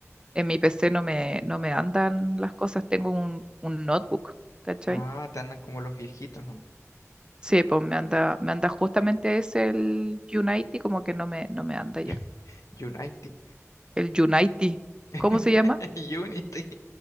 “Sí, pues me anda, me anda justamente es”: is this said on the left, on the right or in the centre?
Right